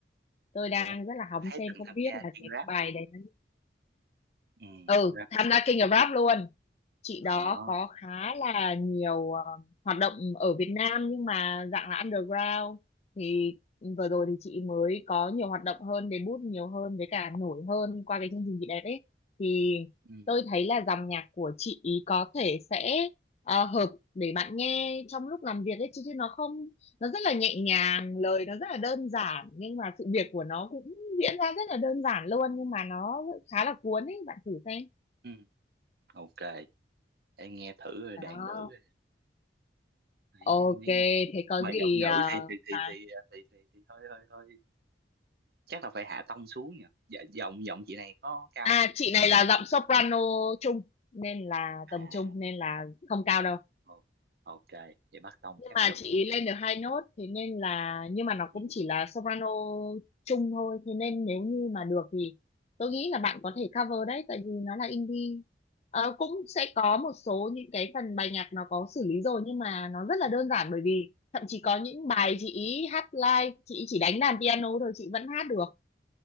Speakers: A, on the left (about 35°); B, on the right (about 60°).
A: tôi đang
B: ủa,
A: rất là hóng
B: thấy
A: xem
B: từng
A: không
B: tham
A: biết
B: gia
A: là
B: chuyên
A: cái
B: rap,
A: bài đấy nó
B: ừ,
A: ừ
B: rap,
A: tham gia King of Rap luôn chị
B: ờ,
A: đó có khá là nhiều ờ, hoạt động ở Việt Nam nhưng mà dạng là underground thì vừa rồi thì chị mới có nhiều hoạt động hơn debut nhiều hơn với cả nổi hơn qua cái chương trình chị đẹp ấy thì
B: ừ,
A: tôi thấy là dòng nhạc của chị ý có thể sẽ ờ, hợp để bạn nghe trong lúc làm việc ấy chứ, chứ nó không nó rất là nhẹ nhàng lời nó rất là đơn giản nhưng mà sự việc của nó cũng diễn ra rất là đơn giản luôn nhưng mà nó khá là cuốn ấy bạn thử xem
B: ừ, ok, để nghe thử rồi
A: đó
B: đàn nữ rồi, thấy
A: Ok,
B: mấy cái này,
A: thế có
B: mà
A: gì
B: giọng nữ
A: à,
B: thì thì thì
A: mà
B: thì thì thì, thì hơi hơi hơi, chắc là phải hạ tông xuống nhỉ, dạ, giọng giọng chị này có cao
A: à
B: không?
A: chị này là giọng soprano trung nên là
B: À,
A: tầm trung nên là không cao đâu.
B: ồ, ok, vậy bắt tông
A: Nhưng
B: chắc
A: mà
B: được,
A: chị ý
B: hạ
A: lên
B: tông,
A: được hai nốt thế nên là nhưng mà nó
B: ừ,
A: cũng chỉ là soprano trung thôi thế nên nếu như mà được thì tôi nghĩ là bạn có thể cover đấy tại vì nó là indie. Ờ, cũng sẽ có một số những cái phần bài nhạc nó có xử lý rồi nhưng mà nó rất là đơn giản bởi vì thậm chí có những bài chị ý hát live chị ý chỉ đánh đàn piano thôi chị vẫn hát được